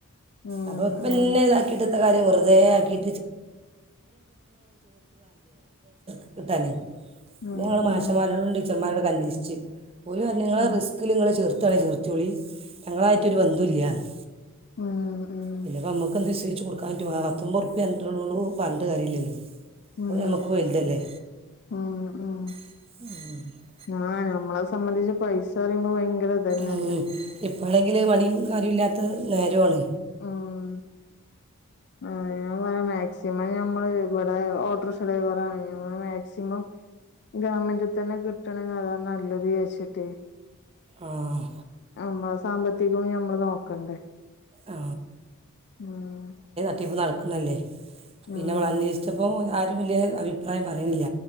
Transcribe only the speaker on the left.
ഉം
ഉം
ഉം
ഉം
ഉം
ഉം ഉം
ഉം
ഉം, ഉം.
ആഹ് ഞമ്മള സമ്മന്ധിച്ച് പൈസറയുമ്പോ ഭയങ്കര ഇതന്നെല്ലേ
ഉം. ആഹ് ഞാ മാക്സിമം ഞമ്മള് ഇവിടെ ഓട്ടോർഷ ഡ്രൈവറാണ് ഞമ്മള് മാക്സിമം ഗവൺമെന്റിൽ തന്നെ കിട്ടണങ്കി അതാ നല്ലതേച്ചിട്ടേ
നമ്മള സാമ്പത്തികോം നമ്മള് നോക്കണ്ടേ
ഉം
ഉം